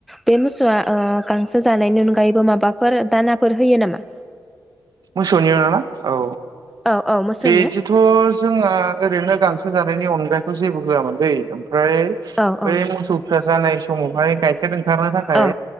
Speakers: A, in the centre; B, on the right.
A: बे मोसौआ ओ गांसो जानायनि न आयबो माबाफोर दानाफोर होयो नामा
B: मोसौनि उनावना औ
A: औ औ मोसौनिया
B: बिदिथ जोंना ओरैनो गां सो जानायनि अनगायै जेबो होआमोन दै ओमफ्राय
A: औ औ
B: बेै मोसौ फिसा जानाय समावहाय से ओंखारनो थाखाय
A: औ